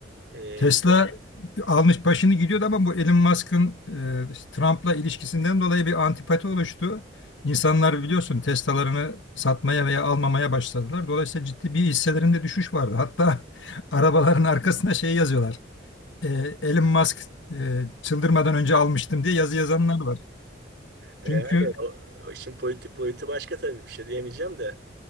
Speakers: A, on the right; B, on the left.
A: E,
B: Tesla
A: yok.
B: almış başını gidiyordu ama bu Elon Musk'ın e, işte Trump'la ilişkisinden dolayı bir antipati oluştu. İnsanlar biliyorsun Tesla'larını satmaya veya almamaya başladılar. Dolayısıyla ciddi bir hisselerinde düşüş vardı. Hatta <laughs> arabaların arkasına şey yazıyorlar. E, Elon Musk e, çıldırmadan önce almıştım diye yazı yazanlar var.
A: E,
B: Çünkü
A: yani o, o işin politik boyutu başka tabii bir şey diyemeyeceğim de.